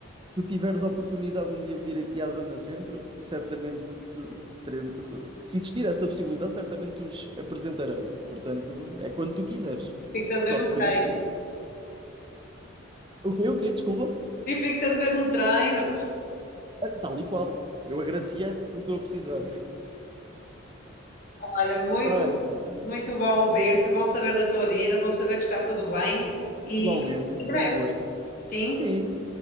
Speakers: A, on the right; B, on the left.
A: tu tiveres a oportunidade de um dia vir aqui à Zona Centro, certamente teremos, se existir essa possibilidade, certamente os apresentarei. Portanto, é quando tu quiseres.
B: Fico-te a dever
A: Só
B: um
A: depende.
B: treino.
A: O quê? O quê? Desculpa.
B: E fico-te a dever um treino.
A: Ah, Tal e qual. Eu agradecia porque estou a precisar.
B: Olha, muito,
A: Ai,
B: muito bom ouvir-te, bom saber da tua vida, bom saber que está tudo bem e
A: igualmente,
B: em breve.
A: foi um gosto.
B: Sim,
A: Sim,